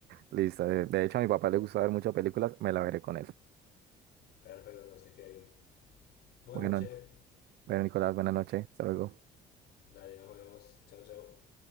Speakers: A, on the right (about 70°); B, on the left (about 75°).
A: Listo. De, de hecho, a mi papá le gusta ver muchas películas, me la veré con él.
B: Perfecto, entonces, Kevin. Buenas
A: Bueno,
B: noches,
A: bueno, Nicolás, buenas noches. Hasta luego.
B: dale, nos vemos. Chao, chao.